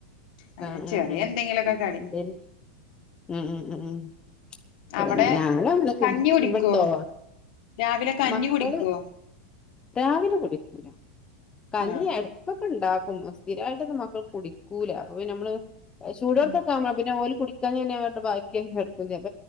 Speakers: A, on the left; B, on the left.
A: അങ്ങനെ
B: ആഹ
A: ചെറിയ
B: ഉം
A: എന്തെങ്കിലൊക്കെ കടി
B: ഉം ഉം ഉ ഉ ഉ അതന്നെ
A: അവിടെ
B: ഞങ്ങള അന്നക്ക്
A: കഞ്ഞി കുടിക്കോ
B: ഇവിടത്തോ
A: രാവിലെ കഞ്ഞി
B: മക്കള്
A: കുടിക്കുവോ
B: രാവിലെ കുടിക്കൂല കഞ്ഞി
A: ആഹ്
B: ഇടക്കൊക്കെ ഉണ്ടാക്ക് സ്ഥിരട്ടൊന്നും മക്കൾ കുടിക്കൂല അപ്പ നമ്മള് ചൂടുടുത്തൊക്കെ
A: ഉം
B: ആവ്പ പിന്നെ ഓലും കുടിക്കാൻ തന്നെ അവരുടെ ബാക്കി എടുക്കും